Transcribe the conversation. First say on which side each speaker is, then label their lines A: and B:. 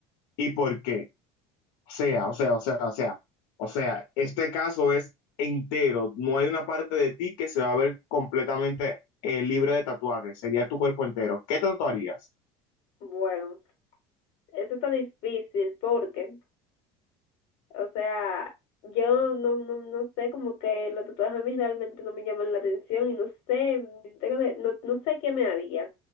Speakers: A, on the left (about 75°); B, on the left (about 60°).
A: y por qué? o sea, o sea, o sea, o sea, o sea, este caso es entero, no hay una parte de ti que se va a ver completamente eh, libre de tatuajes, sería tu cuerpo entero. ¿Qué te tatuarías?
B: Bueno, eso está difícil porque O sea, yo no, no, no sé, como que los tatuajes a mí realmente no me llaman la atención y no sé, tengo de- no, no sé qué me haría